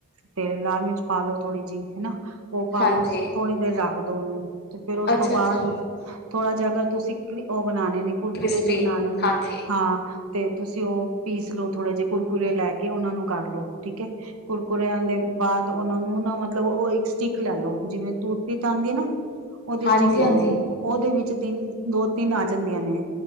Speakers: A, on the right; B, on the left.
A: ਤੇ ਲਾਲ ਮਿਰਚ ਪਾ ਲਓ ਥੋੜੀ ਜਿਹੀ ਹਨਾ। ਉਹ ਪਾਾਲੋ
B: ਹਾਂਜੀ
A: ਥੋੜਣੀ ਦੇਰ ਰਖ ਕਦੋ ਨੂੰ? ਤੇ ਫੇਰ ਉਸ
B: ਅੱਛਾ
A: ਤੋਂ ਬਾਅਦ
B: ਅੱਛਾ
A: ਥੋੜਾ ਜ ਤੁਸੀਂ ਬਣਾਉਣੇ ਨੇ ਕੁੜਕੁੜੇ
B: ਕ੍ਰਿਸਪੀ
A: ਜੇ ਬਣਾਉਣੇ ਨੇ
B: ਹਾਂਜੀ
A: ਤੇ ਤੁਸੀਂ ਉਹ ਪੀਸ ਲੋਓ ਥੋੜੇ ਜਿਹੇ ਕੁਰਕੁਰਰੇੇ ਲੈ ਕੇ ਉਹਨਾ ਨੂੰ ਕਰ ਲੋ ਠੀਕ ਹੈ ਕੁਰਕੁਰਿਆਂ ਦੇ ਬਾਅਦ ਉਹਨਾ ਨੂੰ ਨਾ ਮਤਲਬ ਉਹ ਇੱਕ ਸਟਿੱਕ ਲੈ ਲਓ ਜਿਵੇਂ ਤੂਟ ਪੀਤ ਆਉਂਦੀ ਹੈ ਨਾ ਉਹਦੀ
B: ਹਾਂਜੀ
A: ਸਟਿਕ ਲੈ
B: ਹਾਂਜੀ
A: ਲਓ ਉਹਦੇ ਵਿੱਚ ਤਿੰਨ ਦੋ ਤਿੰਨ ਆ ਜਾਂਦੀਆਂ ਨੇ